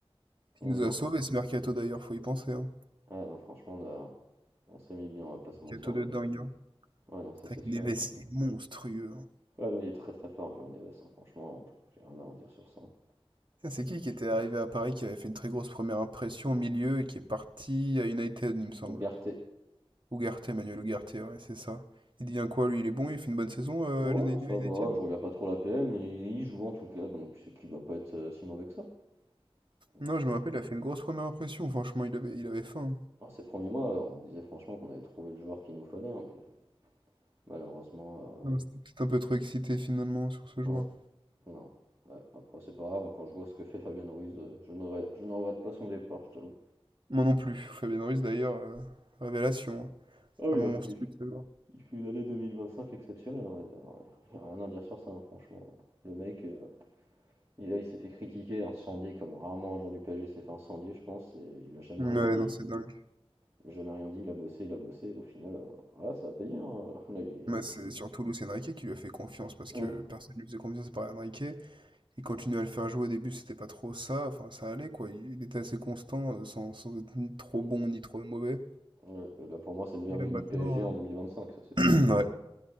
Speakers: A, on the right; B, on the right.
A: Oui,
B: Il nous
A: non,
B: a sauvés,
A: franchement.
B: ce mercato, d'ailleurs, faut y penser. Hein.
A: Ah, non, franchement, on a- on s'est mis bien, on va pas se mentir.
B: Mercato
A: On
B: de
A: est...
B: dingue. hein.
A: Ouais, non, ça
B: C'est vrai
A: c'est
B: que
A: sûr
B: Neves,
A: et certain.
B: il est monstrueux. hein.
A: Ouais, non, il est très très fort, João Neves, hein, franchement, j'ai rien à redire sur ça.
B: Ça, C'est
A: J'ai...
B: qui qui était arrivé à Paris, qui avait fait une très grosse première impression au milieu et qui est parti à United, il me semble.
A: Ugarte.
B: Ugarte, Manuel Ugarte, ouais, c'est ça. Il devient quoi, lui? Il est bon, il fait une bonne saison euh,
A: Ouais,
B: à l'Uni-
A: ça
B: à United?
A: va, je regarde pas trop la PM, mais il joue en tout cas, donc c'est qu'il doit pas être euh, si mauvais que ça. Donc,
B: Non, je me
A: il-
B: rappelle, il a fait une grosse première impression. Franchement, il avait, il avait faim. hein.
A: Alors, ces premiers mois, on disait franchement qu'on avait trouvé le joueur qu'il nous fallait, hein, mais Malheureusement, heu,
B: Non, c'était peut-être un peu trop excité finalement sur ce joueur.
A: ouais, non, ouais, après c'est pas grave, hein, quand je vois ce que fait Fabien Ruiz, heu, je ne regrette je ne regrette pas son départ, je t'avoue.
B: Moi non plus. Fabien Ruiz d'ailleurs, heu, révélation, hein.
A: Ah
B: Vraiment
A: oui, après,
B: monstrueux
A: il
B: ce joueur.
A: il fait une année 2025 exceptionnelle, hein, il y a rien à dire sur ça, hein, franchement. Le mec, heu, il a il s'est fait critiquer, incendier comme rarement un joueur du PSG s'est fait incendier, je pense, et il a jamais
B: Ouais,
A: rien dit,
B: non,
A: hein.
B: c'est dingue.
A: il a jamais rien dit, il a bossé, il a bossé, et au final, heu, voilà, ça a payé, hein, <laughs> là, il est
B: Bah, c'est
A: il est
B: surtout Luis Enrique qui lui a fait confiance parce
A: Mmh,
B: que personne ne lui faisait confiance à part Enrique. Il continuait à le faire jouer au début, c'était pas trop ça, enfin ça allait quoi. Il il était assez constant, heu, sans sans être ni trop
A: mmh,
B: bon ni trop mauvais.
A: ouais, et là, pour moi, c'est le meilleur
B: Et
A: milieu
B: là maintenant,
A: du PSG en
B: heu
A: 2025, ça, c'est
B: <clears throat>
A: sûr, pour
B: ouais.
A: moi.